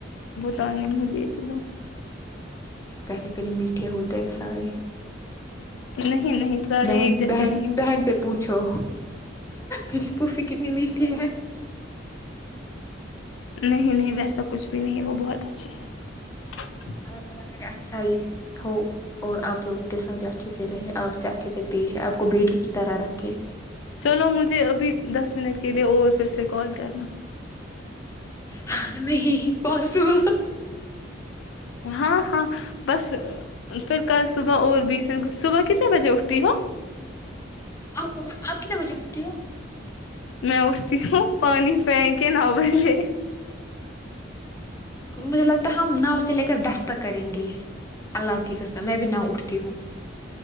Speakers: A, on the left; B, on the left.
A: ان نہیں دیتے ہیں
B: پہلے پہلے میٹھے ہوتے ہیں سارے
A: نہیں نہیں سارے
B: بہن
A: ایک جیسے
B: بہن
A: نہیں
B: بہن سے پوچھو میری پھوفھی کتنی میٹھی ہے
A: نہیں نہیں ویسا کچھ بھی نہیں ہے وہ بہت اچھے ہے
B: اللہ تالی کری اچ چاہے ہو اور آپ لوگوں کے ساتھ بھی اچھے سے رہے آپ سے اچھے سے پیش ہے آپ کو بیٹی کی طرح رکھے
A: چلو مجھے ابھی دس منٹ کے لیے اور پھر سے کال کرنا
B: ہاں نہیں پسبل
A: ہاں ہاں بس پھر کل صبح اور بیچ میں صبح کتنے بجے اٹھتی ہو
B: آپ کو آپتنا بچا ہٹو
A: میں اٹھتی ہوں پانی پہن کے نو بجے
B: مجھے لگتا ت ہم ناؤ سے لے کر دستک کریں گے اللہ کی کسر میں بھی ناؤ اٹھتی ہوں